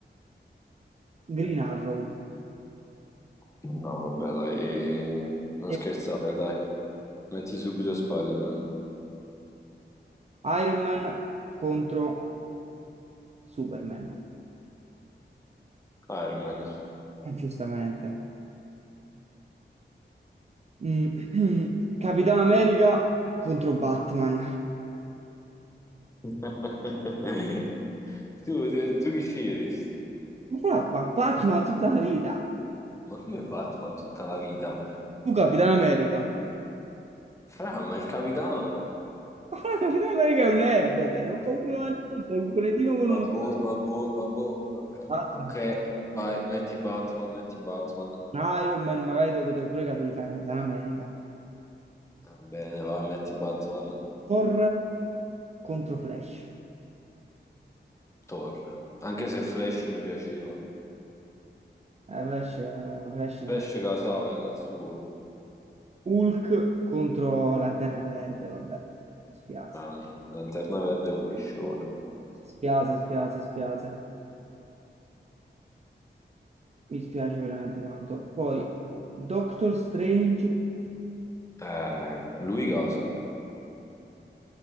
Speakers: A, on the right; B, on the left.
A: Green Arrow.
B: No, vabbè, dai. eh, Non
A: E
B: scherzare, dai. Metti subito Spider-Man.
A: Iron Man contro Superman.
B: Iron Man.
A: Eh, Giustamente. Mm, <clears throat> Capitan America contro Batman.
B: <laughs> Tu, tu chi sceglieresti?
A: Ma fra- ma Batman tutta la vita.
B: Ma come Batman tutta la vita?
A: Tu Capitan America.
B: Fra, ma il capitano.
A: Ma la Capitan America è un ebete, non può uno niente, è un cretino con
B: Vabbò,
A: un...
B: vabbò, vabbò, vabbè.
A: Tra
B: Ok,
A: l'altro,
B: vai, metti Batman, metti Batman.
A: un Iron Man magari te lo potevo pure capire, fa Capitan America.
B: Va bene, vai, metti Batman.
A: Thor contro Flash.
B: Thor. Anche se Flash mi piaceva.
A: Eh, Flash, eh, Flash ne
B: Flash
A: sa-
B: casava nel suo.
A: Hulk contro Lanterna Verde, vabbè. Spiace,
B: La Lanterna Verde è un piscione.
A: spiace, spiace, spiace. Mi spiace veramente tanto. Poi Doctor Strange
B: Eh, lui casa.